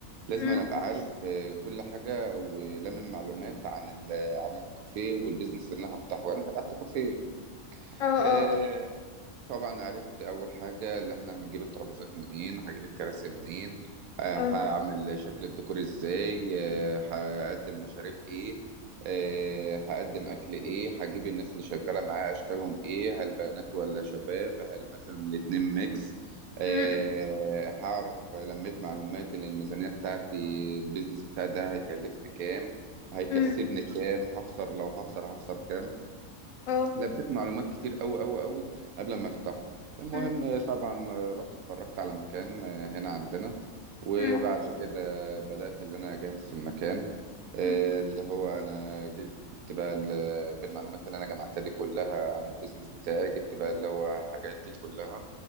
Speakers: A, on the right; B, on the left.
A: لازم
B: مم.
A: انا ابقى عارف آه، كل حاجه ولمن معلومات عن ال- عن الكافيه والبيزنس اللي انا هفتحه انا فتحت كافيه
B: اه اه
A: آه،
B: اه
A: طبعا عرفت اول حاجه اللي احنا هنجيب الترابيزات منين هجيب الكراسي منين آه،
B: اه
A: هعمل شكل الديكور ازاي آه، هقدم مشاريب ايه آه، هقدم اكل ايه هجيب الناس اللي شغاله معايا اشكالهم ايه هل بنات ولا شباب هل مثلا الاتنين ميكس آه،
B: مم.
A: هعرف لميت معلومات اللي الميزانيه بتاعتي البيزنس بتاع ده هيكلفني كام هيكسبني
B: مم.
A: كام هخسر لو هخسر هخسر كام
B: اه
A: لبيت معلومات كتير أوي أوي أوي قبل ما افتح المهم
B: مم.
A: طبعا رحت اتفرجت على مكان آه، هنا عندنا وبعد
B: مم.
A: كده بدأت اللي أنا أجهز في المكان آه،
B: مم.
A: اللي هو أنا جبت بقى ال- بالمعلومات اللي أنا جمعتها دي كلها عن البيزنس بتاعي جبت بقى اللي هو حاجاتي كلها